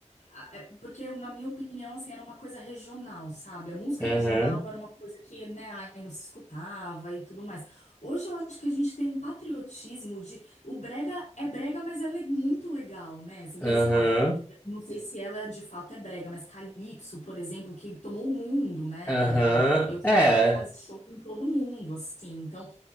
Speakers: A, on the left; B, on the left.
A: a- é, porque na minha opinião, assim, era uma coisa regional, sabe? A música
B: aham,
A: regional era uma coisa que, né, ai, não se escutava e tudo mais. Hoje eu acho que a gente tem um patriotismo de... O brega é brega, mas ela é muito legal, né? Você vê,
B: aham,
A: sei lá, não sei se ela de fato é brega, mas Calypso, por exemplo, que tomou o mundo, né?
B: aham,
A: A- Eu sei
B: é,
A: que ela faz show em todo mundo, assim, então...